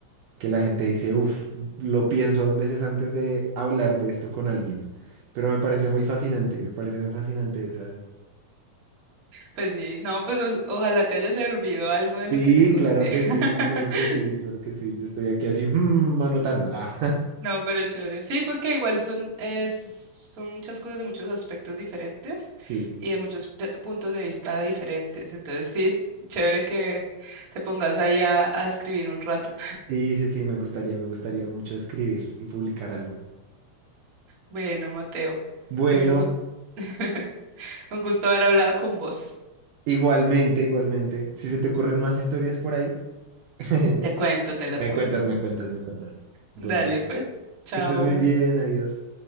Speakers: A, on the right; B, on the right.
A: que la gente dice, uff, lo pienso dos veces antes de hablar de esto con alguien. Pero me parece muy fascinante, me parece muy fascinante esa.
B: Pues sí, no, pues o- ojalá te haya servido algo de lo
A: Sí,
B: que te conté.
A: claro que sí,
B: <laughs>
A: claro que sí, claro que sí. Yo estoy aquí así, mm, anotando. Ah,
B: No, pero chévere. Sí, porque igual son, es- son muchas cosas de muchos aspectos diferentes
A: <laughs> sí,
B: y de muchos de- puntos de vista diferentes. Entonces, sí, chévere que te pongas ahí a, a escribir un rato.
A: sí, sí, sí, me gustaría, me gustaría mucho escribir y publicar algo.
B: Bueno, Mateo.
A: Bueno,
B: Entonces, un, <laughs> un gusto haber hablado con vos.
A: igualmente, igualmente. Si se te ocurren más historias por ahí. <laughs>
B: Te cuento, te las
A: Me
B: cuento.
A: cuentas, me cuentas, me cuentas. Bueno,
B: Dale, pues. Chao.
A: que estés muy bien, adiós.